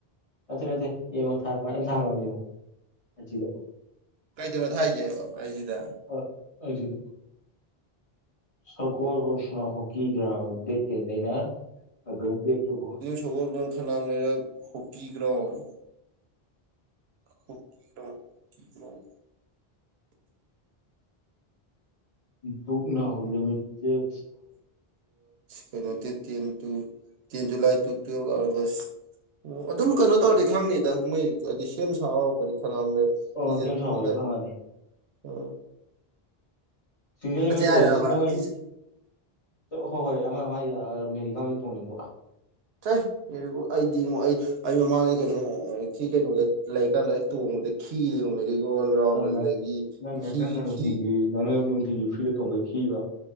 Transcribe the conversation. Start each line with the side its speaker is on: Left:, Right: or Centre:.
Left: ꯅꯠꯇꯦ ꯅꯠꯇꯦ ꯌꯦꯡꯉꯣ ꯊꯥꯔꯛꯄ ꯑꯩꯅ ꯊꯥꯒꯔꯃꯦ ꯌꯦꯡꯉꯣ ꯑꯖꯤꯗ
Right: ꯀꯩꯗꯅꯣ ꯊꯥꯏꯖꯦ ꯑꯥꯏꯖꯤꯗ
Left: ꯍꯣꯏ ꯑꯥꯏꯖꯤꯗ ꯁꯒꯣꯜꯕꯣ ꯐꯨꯅꯈꯣꯛꯒꯤ ꯒ꯭ꯔꯥꯎꯟ ꯗꯦꯠ ꯇꯦꯟꯗꯩꯅ ꯑꯥꯒꯁ ꯗꯦꯠ ꯇꯨꯐꯥꯎ
Right: ꯁꯒꯣꯜꯕꯜ ꯈꯥꯅꯝ hockey ground hockey ground hockey ground
Left: book ꯅ ꯍꯨꯂꯤꯃꯤꯇꯦꯠ
Right: ꯀꯩꯅꯣ ten two ten July <unintelligible> two ꯇꯨꯌꯦꯞ ꯑꯥꯒꯁ ꯑꯣ ꯑꯗꯨꯝ ꯀꯩꯅꯣ ꯇꯧꯔꯗꯤ ꯈꯪꯅꯤꯗ ꯃꯣꯏ ꯑꯗꯤ ꯁꯦꯝ ꯁꯥ ꯍꯧꯔꯛꯄꯗꯤ ꯀꯅꯥꯅ
Left: ꯑꯣ
Right: ꯊꯤꯖꯤꯟ
Left: ꯁꯦꯝ ꯁꯥꯕꯗꯣ
Right: ꯏꯗ
Left: ꯈꯪꯉꯅꯤ
Right: ꯑ
Left: ꯁꯤꯡꯖꯉꯩ
Right: ꯍꯥꯏꯔꯕ
Left: ꯑ ꯁꯤꯡꯖꯃꯩ
Right: ꯁꯤꯁꯦ
Left: ꯍꯣꯏ ꯍꯣꯏ ꯑꯃ ꯃꯥꯏꯁꯦ ꯑ ꯃꯦꯔꯤꯒꯥꯎꯗꯤ ꯇꯣꯡꯅꯤꯡꯕ
Right: ꯆꯩ ꯃꯦꯔꯤꯒꯣꯠ ꯑꯩꯗꯤ ꯉꯣ ꯑꯩ ꯑꯩ ꯃꯃꯥꯡꯗ ꯀꯩꯅꯣ ꯁꯤ ꯀꯩꯅꯣꯗ ꯂꯩꯔꯤꯀꯥꯟꯗ ꯑꯩ ꯇꯣꯡꯕꯗ ꯈꯤꯔꯦꯉꯣ ꯃꯦꯔꯤꯒꯣꯜ ꯔꯥꯎꯟ
Left: ꯅꯪꯅ
Right: ꯑꯗꯨꯗꯒꯤ
Left: ꯅꯪꯅ
Right: ꯍꯤ
Left: ꯅꯪꯅ ꯅꯨꯡꯇꯤꯒꯤ
Right: ꯍꯤ
Left: ꯅꯪꯅ ꯅꯨꯡꯇꯤꯒꯤ ꯐꯤꯔꯗ ꯇꯣꯡꯕꯩ ꯈꯤꯕ